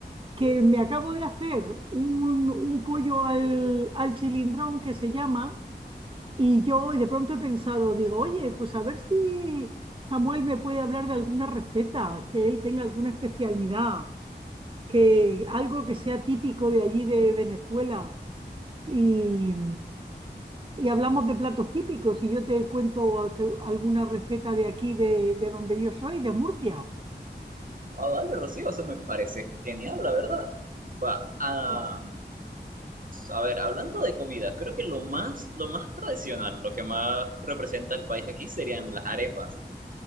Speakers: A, on the right; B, on the right.
A: que me acabo de hacer un, un pollo al, al chilindrón que se llama, y yo y de pronto he pensado, digo, oye, pues a ver si Samuel me puede hablar de alguna receta, que él tenga alguna especialidad. que algo que sea típico de allí de Venezuela y, y hablamos de platos típicos y yo te cuento te- alguna receta de aquí, de, de donde yo soy, de Murcia.
B: Ah, vale, Rocío, eso me parece genial, la verdad. Va, ah,
A: Venga.
B: a ver, hablando de comida, creo que lo más, lo más tradicional, lo que más representa el país aquí serían las arepas.